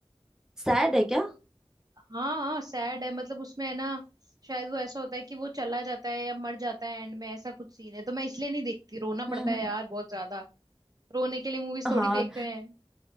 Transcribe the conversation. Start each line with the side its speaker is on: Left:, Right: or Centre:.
Centre: सैड है क्या
Right: हाँ हाँ सैड है मतलब उसमें है ना शायद वो ऐसा होता है कि वो चला जाता है या मर जाता है एंड में ऐसा कुछ सीन है तो मैं इसलिए नहीं देखती रोना पड़ता
Centre: हम्म
Right: है
Centre: हम्म,
Right: यार बहुत ज्यादा रोने के लिए मूवीज थोड़ी
Centre: हाँ
Right: देखते हैं